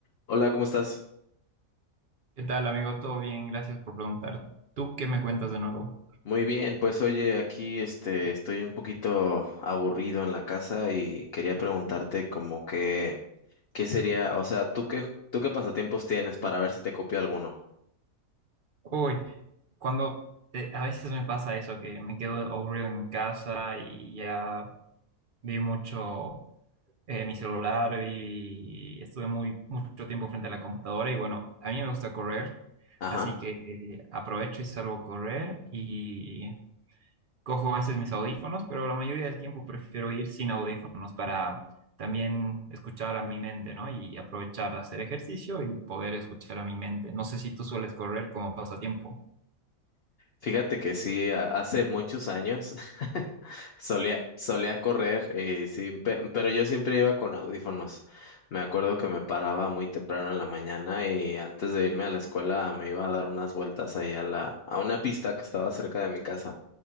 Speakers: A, on the left; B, on the right.
A: Hola, ¿cómo estás?
B: ¿Qué tal, amigo? ¿Todo bien? Gracias por preguntar. ¿Tú qué me cuentas de nuevo?
A: Muy bien, pues oye, aquí este estoy un poquito aburrido en la casa y quería preguntarte como que qué sería, o sea, ¿tú qué tú qué pasatiempos tienes para ver si te copio alguno?
B: Uy, cuando eh, a veces me pasa eso, que me quedo aburrido en casa y ya vi mucho eh, mi celular y estuve muy mucho tiempo frente a la computadora y bueno, a mí me gusta correr,
A: Ajá.
B: así que eh, aprovecho y salgo a correr y cojo a veces mis audífonos, pero la mayoría del tiempo prefiero ir sin audífonos para también escuchar a mi mente, ¿no? Y aprovechar de hacer ejercicio y poder escuchar a mi mente. No sé si tú sueles correr como pasatiempo.
A: Fíjate que sí, a- hace muchos años <laughs> solía solía correr eh, sí, pe- pero yo siempre iba con audífonos. Me acuerdo que me paraba muy temprano en la mañana y antes de irme a la escuela me iba a dar unas vueltas ahí a la a una pista que estaba cerca de mi casa.